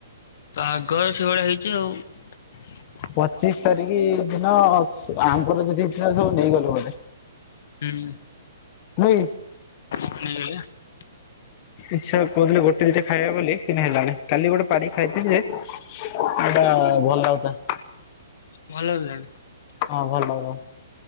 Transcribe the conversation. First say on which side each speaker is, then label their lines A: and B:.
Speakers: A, on the left; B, on the left.
A: ତ ଆଗର ସେଇଭଳିଆ ହେଇଛି ଆଉ।
B: ପଚିଶି ତାରିଖ ଦିନ ଆମଙ୍କର ଯଦିଇଥିଲା ସବୁ ନେଇଗଲୁ ବୋ
A: ହୁଁ।
B: ନାଇ।
A: <unintelligible>
B: ଇଛା କହୁଥିଲି ଗୋଟେ ଦିଟା ଖାଇବି ବୋଲି କିନ୍ତୁ ହେଲାନି କାଲି ଗୋଟେ ପାରିକି ଖାଇଥିଲି ଯେ ସେଇଟା ଭଲ ଲାଗୁଥିଲା।
A: ଭଲ ଲାଗିଲାନି।
B: ହଁ ଭଲ ହବ।